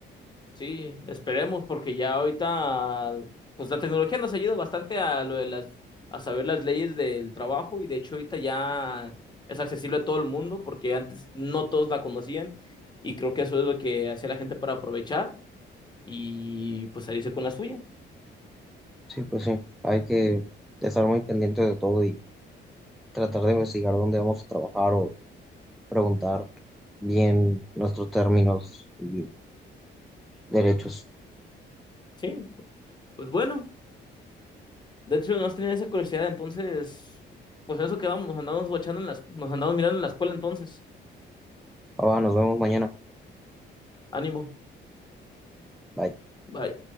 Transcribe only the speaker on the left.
Sí, esperemos, porque ya ahorita, pues la tecnología nos ayuda bastante a lo de las, a saber las leyes del trabajo, y de hecho ahorita ya es accesible a todo el mundo, porque antes no todos la conocían, y creo que eso es lo que hacía la gente para aprovechar y pues salirse con la suya.
Sí, pues bueno, de hecho no tenía esa curiosidad, entonces, pues en eso quedamos, nos andamos guachando en las, nos andamos mirando en la escuela entonces.
Ánimo.
Bye.